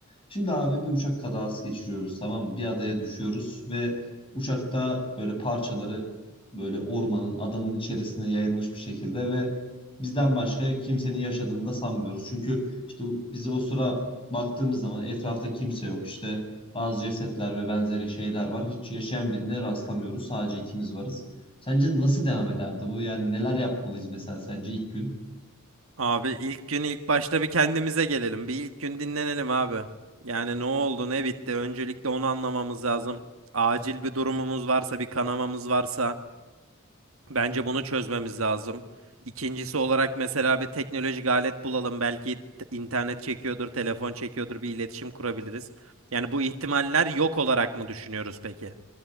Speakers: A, on the left; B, on the right.
A: Şimdi abi bir uçak kazası geçiriyoruz tamam mı? Bir adaya düşüyoruz ve uçakta böyle parçaları böyle ormanın adanın içerisine yayılmış bir şekilde ve bizden başka kimsenin yaşadığını da sanmıyoruz. Çünkü işte biz o sıra baktığımız zaman etrafta kimse yok işte. Bazı cesetler ve benzeri şeyler var. Hiç yaşayan birine rastlamıyoruz. Sadece ikimiz varız. Sence nasıl devam ederdi bu? Yani neler yapmalıyız mesela sence ilk gün?
B: Abi ilk gün ilk başta bir kendimize gelelim. Bir ilk gün dinlenelim abi. Yani ne oldu ne bitti öncelikle onu anlamamız lazım. Acil bir durumumuz varsa bir kanamamız varsa bence bunu çözmemiz lazım. İkincisi olarak mesela bir teknolojik alet bulalım. Belki t- internet çekiyordur, telefon çekiyordur bir iletişim kurabiliriz. Yani bu ihtimaller yok olarak mı düşünüyoruz peki?